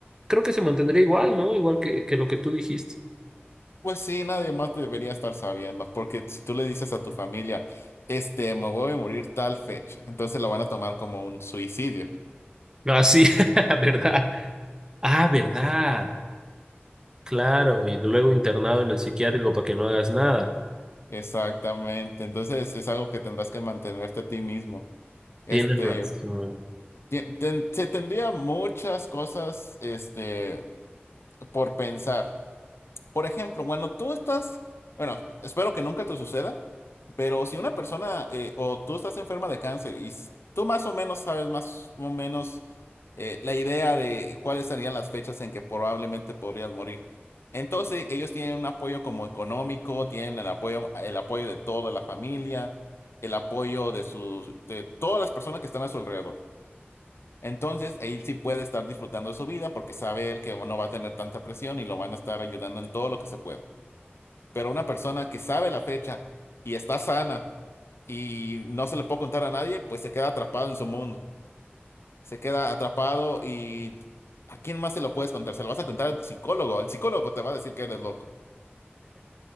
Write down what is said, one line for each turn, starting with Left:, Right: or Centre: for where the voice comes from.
Right: creo que se mantendría igual, ¿no? Igual que, que lo que tú dijiste.
Left: Pues sí, nadie más debería estar sabiendo, porque si tú le dices a tu familia, este, me voy a morir tal fecha, entonces lo van a tomar como un suicidio.
Right: Ah, sí, <laughs> ¿verdad? Ah, ¿verdad? Claro, y luego internado en el psiquiátrico para que no hagas nada.
Left: Exactamente, entonces es algo que tendrás que mantenerte a ti mismo. Este,
Right: Tienes razón.
Left: ti- ten- se tendría muchas cosas, este, por pensar. Por ejemplo, bueno, tú estás, bueno, espero que nunca te suceda, pero si una persona eh, o tú estás enferma de cáncer y s- tú más o menos sabes más o menos eh, la idea de cuáles serían las fechas en que probablemente podrías morir. Entonces ellos tienen un apoyo como económico, tienen el apoyo, el apoyo de toda la familia, el apoyo de sus, de todas las personas que están a su alrededor. Entonces, él sí puede estar disfrutando de su vida porque sabe él que no va a tener tanta presión y lo van a estar ayudando en todo lo que se pueda. Pero una persona que sabe la fecha y está sana y no se le puede contar a nadie, pues se queda atrapado en su mundo. Se queda atrapado y ¿a quién más se lo puedes contar? Se lo vas a contar al psicólogo. El psicólogo te va a decir que eres loco.